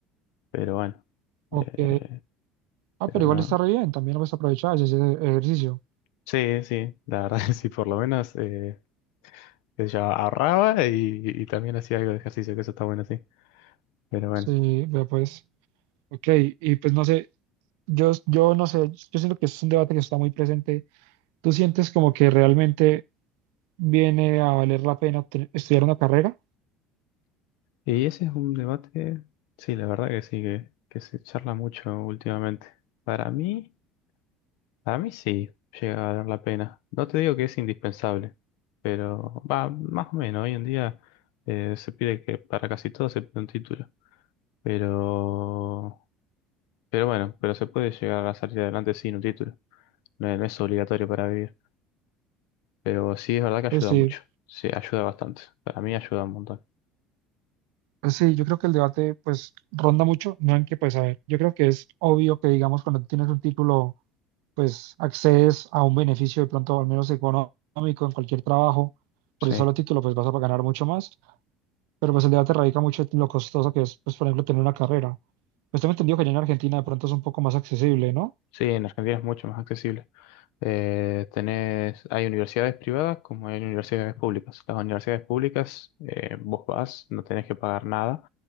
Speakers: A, on the left; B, on the right.
A: pero bueno,
B: Ok.
A: eh,
B: Ah,
A: pero
B: pero
A: no.
B: igual está re bien, también lo puedes aprovechar, ese ejercicio.
A: Sí, sí, la verdad <laughs> que sí, por lo menos. Eh, que yo ahorraba y, y también hacía algo de ejercicio, que eso está bueno, sí. Pero bueno,
B: Sí, vea pues. Ok, y pues no sé, yo, yo no sé, yo siento que es un debate que está muy presente. ¿Tú sientes como que realmente viene a valer la pena te- estudiar una carrera?
A: y ese es un debate, sí, la verdad que sí, que, que se charla mucho últimamente. Para mí, para mí sí, llega a valer la pena. No te digo que es indispensable, pero va, más o menos, hoy en día eh, se pide que para casi todo se pide un título. Pero, pero bueno, pero se puede llegar a salir adelante sin un título. No, es no es obligatorio para vivir, pero sí es verdad que ayuda
B: Pues sí,
A: mucho. Sí, ayuda bastante. Para mí ayuda un montón.
B: pues sí, yo creo que el debate pues ronda mucho, no en que pues a ver, yo creo que es obvio que digamos cuando tienes un título pues accedes a un beneficio de pronto al menos económico en cualquier trabajo, por
A: Sí,
B: el solo título pues vas a ganar mucho más. pero pues el debate radica mucho en lo costoso que es, pues por ejemplo, tener una carrera. Pues tengo entendido que allá en Argentina de pronto es un poco más accesible, ¿no?
A: sí, en Argentina es mucho más accesible. Eh, tenés, hay universidades privadas como hay universidades públicas. Las universidades públicas, eh, vos vas, no tenés que pagar nada,